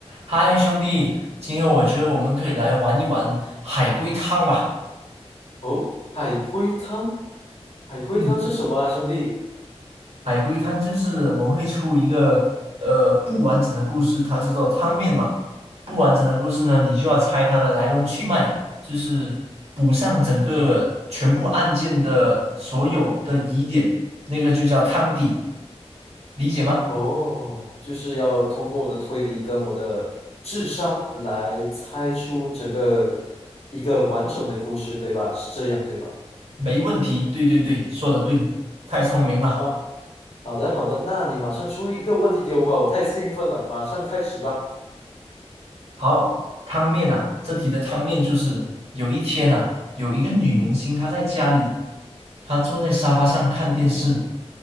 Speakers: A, on the right (about 65°); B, on the left (about 65°).
A: 嗨，兄弟，今天我觉得我们可以来玩一玩海龟汤吧。
B: 哦，海龟汤，海龟汤是什么啊，
A: 嗯，
B: 兄弟？
A: 海龟汤就是我会出一个呃不完整的故事，它叫做汤面嘛。不完整的故事呢，你就要猜它的来龙去脉，就是补上整个全部案件的所有的疑点，那个就叫汤底，理解吗？
B: 哦，就是要通过我的推理跟我的智商来猜出整个一个完整的故事，对吧？是这样，对吧？
A: 没问题，对对对，说的对，太聪明了。
B: 啊，好的，好的，那你马上出一个问题给我吧，我太兴奋了，马上开始吧。
A: 好，汤面啊，这题的汤面就是有一天啊，有一个女明星她在家里，她坐在沙发上看电视，